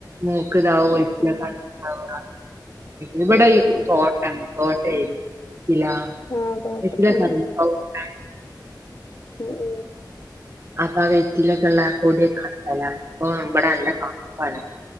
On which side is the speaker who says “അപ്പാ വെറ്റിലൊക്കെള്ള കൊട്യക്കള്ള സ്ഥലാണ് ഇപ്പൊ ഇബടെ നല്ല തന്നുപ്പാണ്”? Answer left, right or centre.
Right